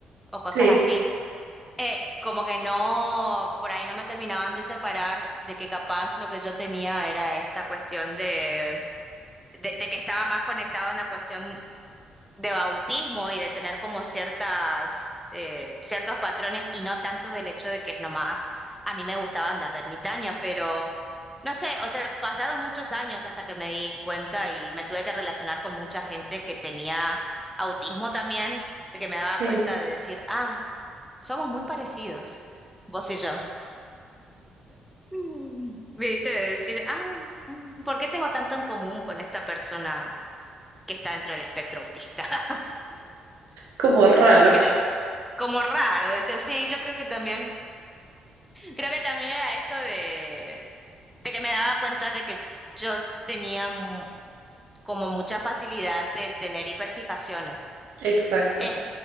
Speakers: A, in the centre; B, on the right.
A: o cosas
B: sí,
A: así. Eh, como que no, por ahí no me terminaban de separar de que capaz lo que yo tenía era esta cuestión de, de, de que estaba más conectado en la cuestión de bautismo y de tener como ciertas, eh, ciertos patrones y no tanto del hecho de que nomás a mí me gustaba andar de ermitaña, pero no sé, o sea, pasaron muchos años hasta que me di cuenta y me tuve que relacionar con mucha gente que tenía autismo también, de que me daba
B: sí.
A: cuenta de decir, ah. Somos muy parecidos, vos y yo. Mm, ¿Viste? De Decir, ah, mm, ¿por qué tengo tanto en común con esta persona que está dentro del espectro autista? <laughs>
B: Como raro.
A: Cre- Como raro, decía, sí, yo creo que también, creo que también era esto de, de que me daba cuenta de que yo tenía mu- como mucha facilidad de tener hiperfijaciones.
B: Exacto.
A: Es